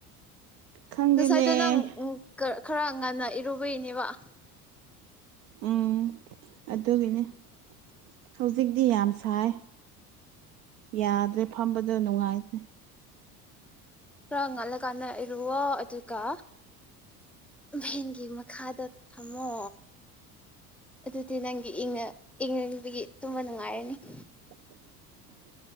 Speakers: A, on the right (about 65°); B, in the centre.
A: ꯈꯪꯗꯦꯅꯦ
B: ꯉꯁꯥꯏꯗ‌ꯣ ꯅꯪ ꯈꯔ ꯉꯟꯅ ꯏꯔꯨꯕꯩꯅꯦꯕ ꯫
A: ꯎꯝ ꯑꯗꯨꯒꯤꯅꯦ ꯫ ꯍꯧꯖꯤꯛꯇꯤ ꯌꯥꯝ ꯁꯥꯏ ꯌꯥꯗ꯭ꯔꯦ ꯐꯝꯕꯗ‌ꯣ ꯅꯨꯡꯉꯥꯏꯇ꯭ꯔꯦ ꯫
B: ꯈꯔ ꯉꯜꯂ ꯀꯥꯟꯅ ꯏꯣꯋ‌ꯣ ꯑꯗꯨꯒ ꯚꯦꯟꯒꯤ ꯃꯈꯥꯗ ꯐꯝꯃꯣ ꯑꯗꯨꯗꯤ ꯅꯪꯒꯤ ꯏꯪꯉ ꯏꯪꯉꯪꯕꯒꯤ ꯇꯨꯝꯕ ꯅꯨꯡꯉꯥꯏꯔꯅꯤ ꯫
A: <inaudible>